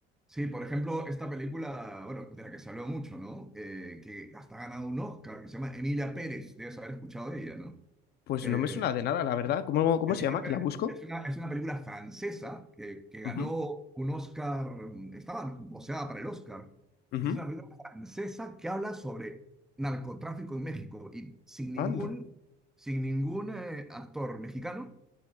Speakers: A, in the centre; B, on the left (about 50°).
A: Sí, por ejemplo, esta película, bueno, de la que se habló mucho, ¿no? Eh, que hasta ha ganado un Oscar, que se llama Emilia Pérez, debes haber escuchado de ella, ¿no?
B: Pues
A: Eh,
B: no me suena de nada, la verdad. ¿Cómo, cómo
A: Emilien
B: se llama?
A: Pérez
B: ¿Que la busco?
A: es una, es una película francesa que, que ganó
B: Uh -huh,
A: un Oscar, mm, estaba voceada para el Oscar,
B: uh -huh.
A: y es una película francesa que habla sobre narcotráfico en México y sin ningún,
B: Anda,
A: sin ningún eh, actor mexicano